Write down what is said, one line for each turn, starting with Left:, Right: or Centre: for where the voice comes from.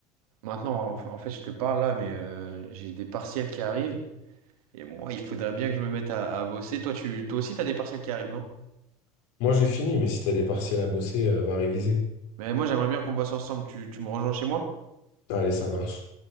Right: maintenant, en, en fait, je te parle là, mais euh, j'ai des partiels qui arrivent. Et moi, il faudrait bien que je me mette à, à bosser. Toi, tu, toi aussi, t'as des partiels qui arrivent, non?
Left: Moi, j'ai fini, mais si t'as des partiels à bosser, euh, va réviser.
Right: Mais moi, j'aimerais bien qu'on bosse ensemble. Tu, tu me rejoins chez moi?
Left: Allez, ça marche.